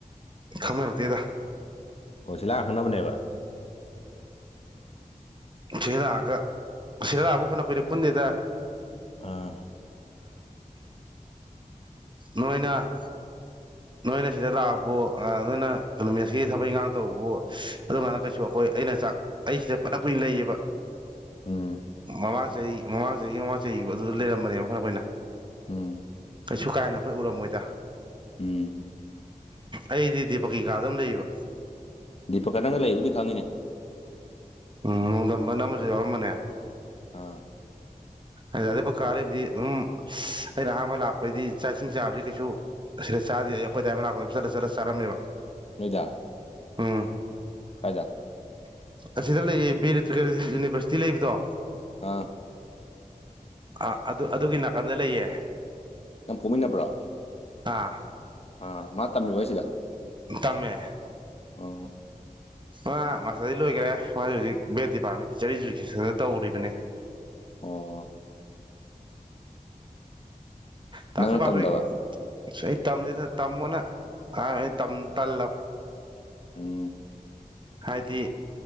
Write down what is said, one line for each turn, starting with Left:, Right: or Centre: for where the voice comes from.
Right: ꯈꯪꯅꯔꯛꯇꯦꯗ
Left: ꯍꯁꯤꯥ ꯍꯅꯕꯅꯦꯕ
Right: ꯁꯤꯂꯛꯑꯒ ꯁꯤꯔꯥꯛꯑꯕꯨ ꯐꯅ ꯀꯨꯏꯔꯦ ꯄꯨꯟꯅꯗꯦꯗ
Left: ꯑꯥ
Right: ꯅꯣꯏꯣꯏꯅ ꯅꯣꯏꯅ ꯁꯤꯗ ꯂꯥꯛꯑꯕꯨ ꯅꯣꯏꯅ ꯅꯨꯣꯃꯦꯠꯀꯤ ꯊꯕꯛ ꯏꯪꯈꯥꯡ ꯇꯧꯕ ꯑꯗꯨꯃꯥꯏꯅ ꯀꯩꯁꯨ ꯑꯩꯈꯣꯏ ꯑꯩꯅ ꯆꯥꯛ ꯑꯩꯁꯤꯗ ꯐꯅ ꯀꯨꯏꯅ ꯂꯩꯌꯦꯕ
Left: ꯎꯝ
Right: ꯃꯃꯥꯡ ꯆꯍꯤ ꯃꯃꯥꯡ ꯆꯍꯤ ꯃꯃꯥꯡ ꯆꯍꯤꯒꯤ ꯑꯗꯨꯗ ꯂꯩꯔꯝꯕꯅꯦꯕ ꯐꯔ ꯑꯩꯈꯣꯏꯏꯅ
Left: ꯎꯝ
Right: ꯀꯩꯁꯨ ꯀꯥꯏꯅ ꯑꯩꯈꯣꯏ ꯎꯔꯝꯃꯣꯏꯗ
Left: ꯎꯝ
Right: ꯑꯩꯗꯤꯗꯤ ꯄꯀꯤꯀꯥꯗꯝ ꯂꯩꯕ
Left: ꯗꯤꯄꯀꯥ ꯅꯪꯒ ꯂꯩꯕꯨꯗꯤ ꯈꯪꯉꯤꯅꯦ
Right: ꯎꯝ ꯅꯣꯡꯗꯝꯝꯕ ꯅ ꯑꯃꯁꯨ ꯌꯥꯎꯔꯝꯕꯅꯦ
Left: ꯍꯥꯥ
Right: ꯑꯗꯤ ꯀꯥꯂꯕꯗꯤ ꯑꯗꯨꯝ ꯑꯩꯅ ꯑꯍꯥꯟꯕ ꯂꯥꯛꯄꯩꯗꯤ ꯆꯥꯛ ꯏꯁꯤꯡ ꯆꯥꯕꯁꯤ ꯀꯩꯁꯨ ꯁꯤꯗ ꯆꯥꯗꯦ ꯑꯩꯈꯣꯏꯗꯥꯏꯃ ꯂꯥꯛꯄꯗꯝ ꯆꯠꯂ ꯆꯠꯂ ꯆꯥꯔꯝꯃꯦꯕ
Left: ꯅꯣꯏꯗꯥ
Right: ꯎꯝ
Left: ꯐꯥꯏꯗ
Right: ꯑꯁꯤꯗ ꯂꯩꯌꯦ ꯕꯤꯔ ꯌꯨꯅꯤꯚꯔꯁꯤꯇꯤ ꯂꯩꯕꯗꯣ
Left: ꯑꯥ
Right: ꯑꯥ ꯑꯗꯨ ꯑꯗꯨꯒꯤ ꯅꯥꯀꯟꯗ ꯂꯩꯌꯦ
Left: ꯅꯪ ꯐꯣꯡꯃꯤꯟꯅꯕ꯭ꯔꯥ
Right: ꯑꯥ
Left: ꯑ ꯃꯥ ꯇꯝꯃꯦꯃꯤ ꯑꯣꯏꯣꯏꯁꯤꯗ
Right: ꯇꯃꯦ
Left: ꯑꯣ
Right: ꯑ ꯃꯥꯁꯇꯔꯩ ꯂꯣꯏꯈꯔꯦ ꯃꯥꯁꯦ ꯍꯧꯖꯤꯛ ꯕꯤꯠ ꯗꯤꯄꯥꯔꯠꯃꯦꯟ ꯇꯤꯆꯔ ꯏꯖꯨꯀꯦꯁꯟ ꯇꯧꯔꯤꯕꯅꯦ
Left: ꯑꯣ
Right: ꯇꯁꯨ
Left: ꯅꯪꯅ
Right: ꯄꯥꯁꯣꯏ
Left: ꯇꯝꯗꯕ
Right: ꯑ ꯑꯩ ꯇꯝ ꯇꯝꯃꯣꯅ ꯑꯩ ꯇꯜꯂ
Left: ꯑ
Right: ꯍꯥꯏꯗꯤ